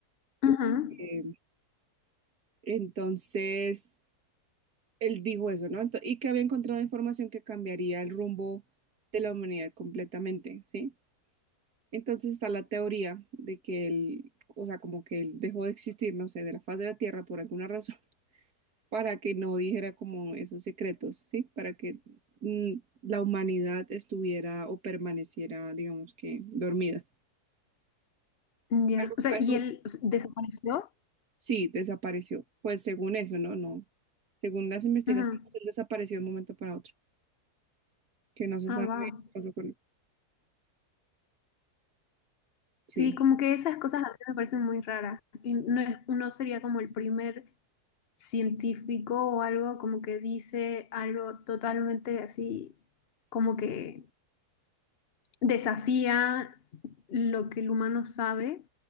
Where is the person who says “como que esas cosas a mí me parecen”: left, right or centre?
Left